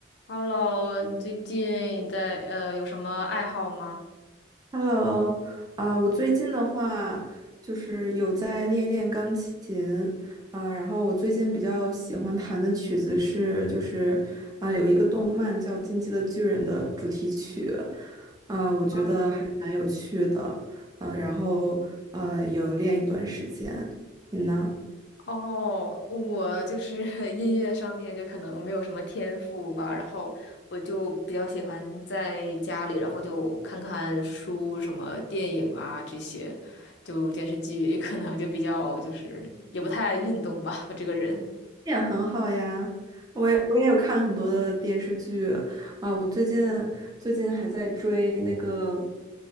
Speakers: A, on the left (about 60°); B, on the right (about 20°).
A: Hello，你最近在呃有什么爱好吗？
B: Hello，啊、我最近的话就是有在练练钢琴，啊、然后我最近比较喜欢弹的曲子是就是啊、有一个动漫叫《进击的巨人》的主题曲，啊、我觉得还蛮有趣的，
A: 啊
B: 啊、然后呃有练一段时间，你呢？
A: 哦，我就是 <laughs> 音乐上面就可能没有什么天赋吧，然后我就比较喜欢在家里，然后就看看书、什么电影啊这些，就电视剧 <laughs> 可能就比较就是也不太爱运动吧，我这个人。
B: 也很好呀，我也我也有看很多的电视剧，啊、我最近最近还在追那个。